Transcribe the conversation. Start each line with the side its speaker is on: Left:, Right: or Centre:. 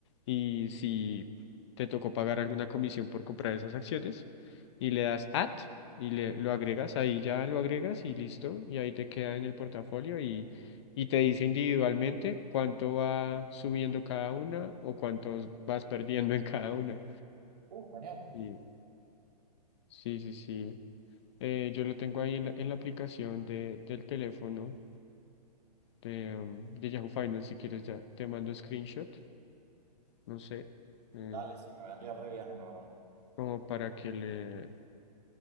Left: y si te tocó pagar alguna comisión por comprar esas acciones y le das add y le, lo agregas, ahí ya lo agregas y listo y ahí te queda en el portafolio y, y te dice individualmente cuánto va subiendo cada una o cuánto vas perdiendo en cada una.
Right: Uh, genial.
Left: Y Sí, sí, sí. Eh, yo lo tengo ahí en la, en la aplicación de, del teléfono. de, um, de Yahoo Finance, si quieres ya te mando screenshot, no sé, eh,
Right: Dale, sí, me vendría re bien, la verdad.
Left: como para que le,